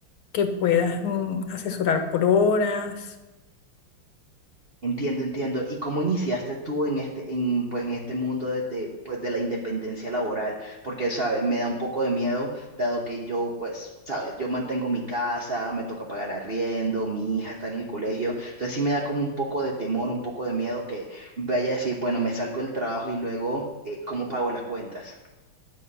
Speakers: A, on the left; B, on the right.
A: que puedas mm, asesorar por horas.
B: Entiendo, entiendo. ¿Y cómo iniciaste tú en este, en, pues, en este mundo desde, pues, de la independencia laboral? Porque, sabes, me da un poco de miedo, dado que yo, pues, sabes, yo mantengo mi casa, me toca pagar arriendo, mi hija está en el colegio. Entonces sí me da como un poco de temor, un poco de miedo que vaya a decir, bueno, me salgo del trabajo y luego, eh, ¿cómo pago las cuentas?